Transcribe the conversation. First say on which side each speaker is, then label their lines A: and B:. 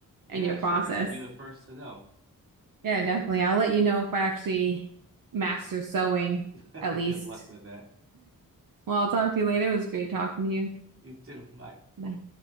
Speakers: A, on the right; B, on the right.
A: Yeah,
B: and your process.
A: sure. You'll be the first to know.
B: Yeah, definitely. I'll let you know if I actually master sewing,
A: <laughs>
B: at least.
A: Good luck with that.
B: Well, I'll talk to you later. It was great talking to you.
A: You too. Bye.
B: Bye.